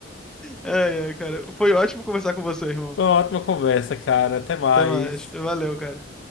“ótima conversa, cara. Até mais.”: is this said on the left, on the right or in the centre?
Left